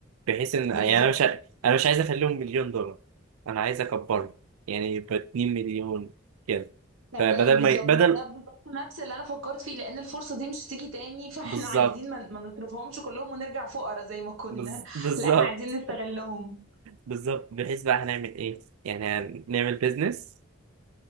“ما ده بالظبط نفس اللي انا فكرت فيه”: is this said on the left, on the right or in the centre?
Right